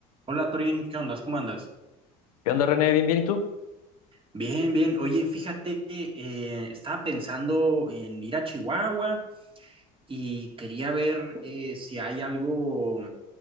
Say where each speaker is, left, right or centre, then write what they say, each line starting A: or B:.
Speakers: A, on the right; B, on the left.
A: Hola Torín, ¿qué onda? ¿Cómo andas?
B: ¿Qué onda, René? Bien, bien, ¿y tú?
A: Bien, bien. Oye, fíjate, eh, estaba pensando en ir a Chihuahua y quería ver eh, si hay algo,